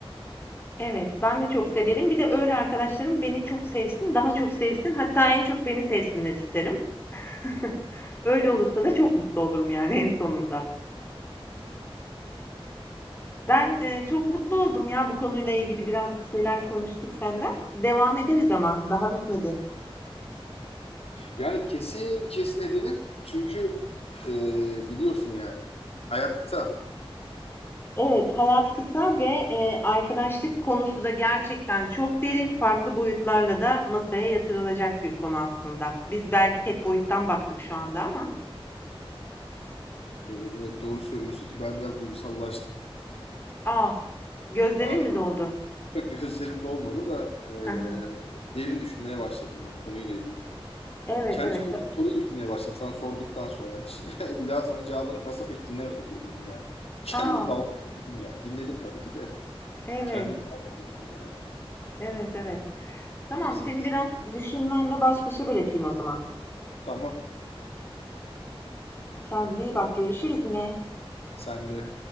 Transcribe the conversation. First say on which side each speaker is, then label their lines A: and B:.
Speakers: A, on the left; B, on the left.
A: Evet, ben de çok severim. Bir de öyle arkadaşlarım beni çok sevsin, daha çok sevsin, hatta en çok beni sevsinler isterim. <laughs> Öyle olursa da çok mutlu olurum yani en sonunda. Ben, eee, çok mutlu oldum ya bu konuyla ilgili biraz bir şeyler konuştuk senden. Devam ederiz ama daha bitmedi.
B: Yani kesin kesin edelim. Çünkü e, biliyorsun yani. Hayat kısa.
A: Evet, hayat kısa ve e, arkadaşlık konusu da gerçekten çok derin, farklı boyutlarla da masaya yatırılacak bir konu aslında. Biz belki tek boyuttan baktık şu anda ama.
B: E, evet doğru söylüyorsun ki ben biraz duygusallaştım.
A: Ah, gözlerin
B: Ah,
A: mi doldu?
B: <laughs> gözlerim dolmadı da
A: <laughs> Hı
B: e, derin düşünmeye başladım yani konuyla ilgili.
A: Evet,
B: Kendi
A: evet.
B: sorduğum
A: Ba-
B: soruyu düşünmeye başladım sana sorduktan sonra. Hiç <laughs> bir daha sana cevabını pasa pek dinlemedim dediğini yani. Kendim
A: Aa,
B: dalga geçtim yani. Dinledim tabii ki de
A: evet,
B: kendim dalga geçtim yani.
A: evet, evet. Tamam,
B: Neyse
A: seni biraz düşünmenle baş başa bırakayım o zaman.
B: tamam
A: Kendine iyi bak, görüşürüz yine.
B: sen de